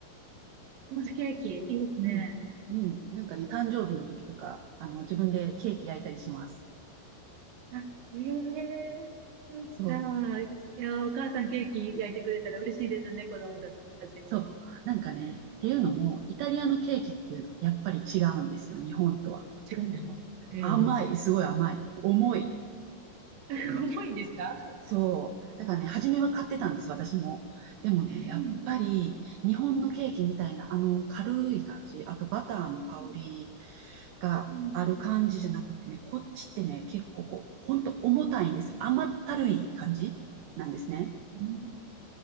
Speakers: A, on the right (about 60°); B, on the right (about 75°).
A: スポンジケーキ。いいですね。
B: うん。うん。なんかね、誕生日の時とか、あの、自分でケーキ焼いたりします。
A: あ、ええそっか。
B: そう。
A: いや、お母さんケーキ焼いてくれたら嬉しいですね、子供たちも。
B: そう。なんかね、っていうのも、イタリアのケーキってやっぱり違うんですよ、日本とは。
A: 違うんですかええ
B: 甘い、すごい甘い。重い。
A: <laughs> 重いんですか
B: そう。だからね、初めは買ってたんですよ、私も。でもね、やっぱり日本のケーキみたいな、
A: うん。
B: あの軽い感じ、あとバターの香り
A: うん。
B: がある感じじゃなくてね、
A: うん。
B: こっちってね、結構こう、ほんと重たいんですよ。甘ったるい感じなんですね。
A: うん